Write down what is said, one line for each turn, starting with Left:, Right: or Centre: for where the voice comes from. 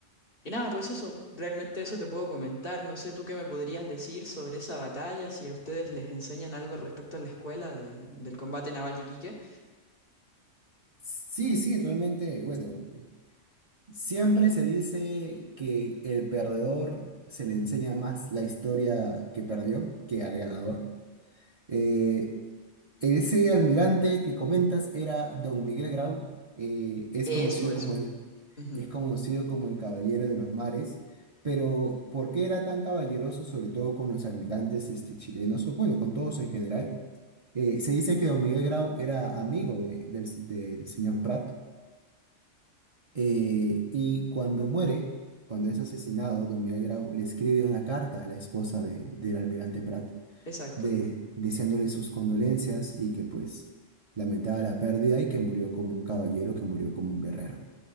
Left: Y nada, pues eso, realmente eso te puedo comentar. No sé tú qué me podrías decir sobre esa batalla, si a ustedes les enseñan algo respecto a la escuela de- del combate naval de Iquique.
Right: Sí, sí, realmente, bueno, eh, siempre se dice que el perdedor se le enseña más la historia que perdió que al ganador. Eh, Ese almirante que comentas era don Miguel Grau, eh, es
Left: Eso,
Right: conocido
Left: eso.
Right: como el,
Left: Ujú,
Right: es conocido como el Caballero de los Mares, pero ¿por qué era tan caballeroso, sobre todo con los almirantes este, chilenos, o bueno, con todos en general? Eh, se dice que don Miguel Grau era amigo de- del, del señor Prat, eh, y cuando muere, cuando es asesinado, don Miguel Grau le escribe una carta a la esposa de- del almirante Prat
Left: Exacto.
Right: de, deseándole sus condolencias y que pues lamentaba la pérdida y que murió como un caballero, que murió como un guerrero.